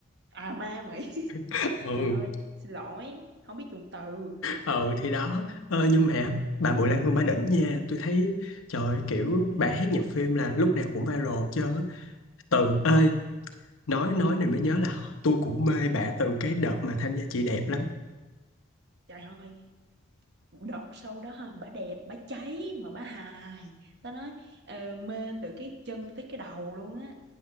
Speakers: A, on the right; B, on the left.
A: à ma mỹ <laughs>
B: <laughs> ừ
A: trời ơi xin lỗi không biết dùng từ
B: ừ thì đó ờ, nhưng mà bà Bùi Lan Hương bà đỉnh nha tôi thấy trời ơi, kiểu bà hát nhạc phim là lúc nào cũng viral hết trơn á từ ơi nói nói này mới nhớ là tôi cũng mê bà từ cái đợt mà tham gia chị đẹp lắm
A: trời ơi đợt sau đó ha bà đẹp bà cháy mà bà hài tao nói ờ, mê từ cái chân tới cái đầu luôn á